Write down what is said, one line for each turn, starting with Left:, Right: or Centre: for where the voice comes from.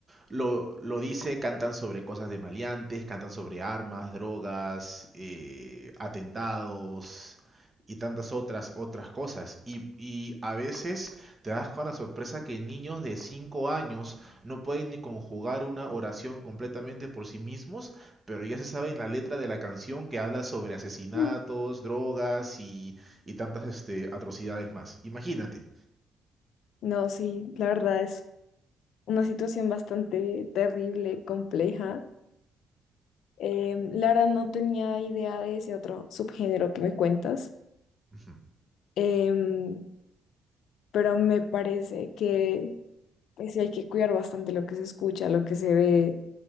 Right: lo, lo dice, cantan sobre cosas de maleantes, cantan sobre armas, drogas, eh, atentados y tantas otras, otras cosas. Y, y a veces te das con la sorpresa que niños de 5 años no pueden ni conjugar una oración completamente por sí mismos, pero ya se sabe en la letra de la canción que habla sobre asesinatos,
Left: Mm.
Right: drogas y, y tantas este, atrocidades más. Imagínate.
Left: No, sí, la verdad es una situación bastante terrible, compleja. Em, la verdad no tenía idea de ese otro subgénero que me cuentas,
Right: Ujú,
Left: em, pero me parece que pues sí hay que cuidar bastante lo que se escucha, lo que se ve,